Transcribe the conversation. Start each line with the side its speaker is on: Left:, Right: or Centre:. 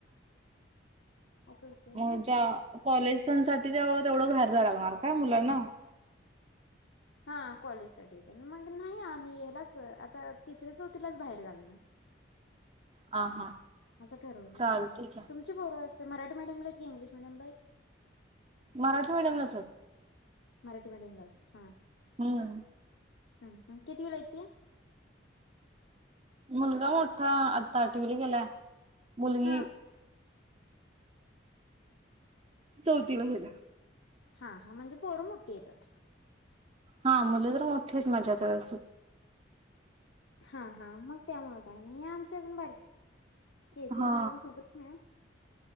Left: असं होते
Right: हो
Left: ना
Right: ज्या कॉलेजांसाठी ते तेवढं बाहेर जायला लागणार का मुलांना
Left: हा कॉलेजसाठीठी ते मग नाही आम्ही ह्यालाच आता तिसऱ्या चौथीलाच बाहेर घालणार
Right: हा हा
Left: असं ठरवलं
Right: चालतंय की
Left: तुमची पोर अस मराठी मिडीयम ला आहेत की इंग्लिश मीडियम ला आहेत.
Right: मराठी मीडियम लाच आहेत.
Left: मराठी मीडियमलाच हा.
Right: हम्म.
Left: हम्म हम् कितवीला आहे ती.
Right: मुलगा मोठा आता आठवीला गेलाय मुलगी.
Left: हा
Right: चौथीला गेल्या.
Left: हा हा म्हणजे पोर मोठी आहेत तर.
Right: हा मुलं तर मोठीच म्हणायचे त्यावेळेस.
Left: हा हा मग त्यामुळे काही नाही आमच्या अजून बारकी आहेत
Right: हा
Left: त्यांना अजून समजत नाही. ह